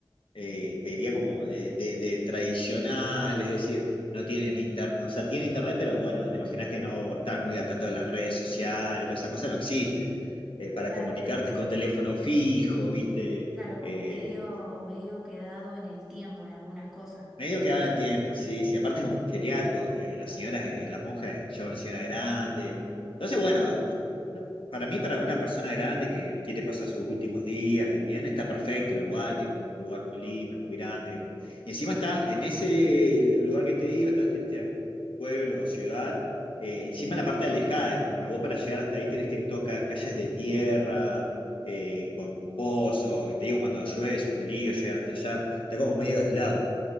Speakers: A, on the left; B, in the centre.
A: eh, te diría como de, de- de tradicional, es decir, no tienen internet, o sea, tienen internet, pero bueno, te imaginas que no están muy al tanto de las redes sociales, toda esa cosa no existe. Eh, para
B: Claro,
A: comunicarte es con teléfono fijo, viste,
B: claro, como
A: Eh,
B: medio, medio quedado en el tiempo en algunas cosas.
A: Medio que en el tiempo, sí, sí. Aparte es un geriátrico, eh, la señora, eh, la monja es ya una señora grande. Entonces, bueno, no, para mí, para una persona grande que quiere pasar sus últimos días y bien, está perfecto el lugar, tiene un lugar muy lindo, muy grande. Y encima está en ese lugar que te digo, está en este pueblo o ciudad, eh, encima en la parte alejada. eh, Para vos, para llegar hasta ahí, tenés que ir en todo ca- calles de tierra. eh, con pozo, que te digo, cuando llueve es un lío llegar hasta allá, está como medio aislado.